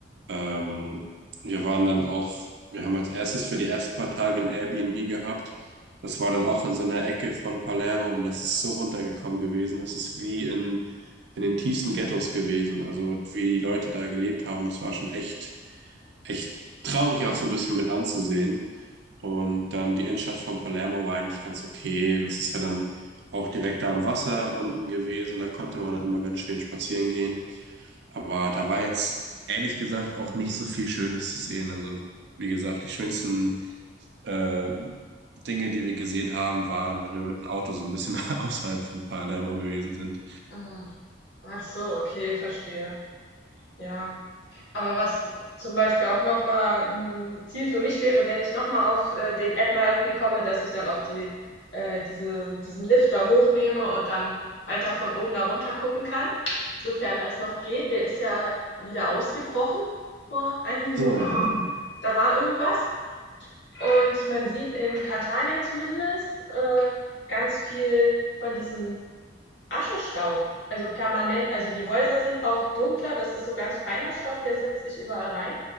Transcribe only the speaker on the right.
ähm, wir waren dann auch, wir haben als erstes für die ersten paar Tage ein Airbnb gehabt. Das war dann auch in so einer Ecke von Palermo und das ist so runtergekommen gewesen. Das ist wie in, in den tiefsten Ghettos gewesen. Also wie die Leute da gelebt haben, das war schon echt echt traurig auch so ein bisschen mit anzusehen. Und dann die Innenstadt von Palermo war eigentlich ganz okay. Das ist ja dann auch direkt da am Wasser unten gewesen. Da konnte man dann immer ganz schön spazieren gehen. Aber da war jetzt ehrlich gesagt auch nicht so viel Schönes zu sehen. Also wie gesagt, die schönsten äh, Dinge, die wir gesehen haben, waren, wenn wir mit dem Auto so ein bisschen <laughs> außerhalb von Palermo gewesen sind.
So,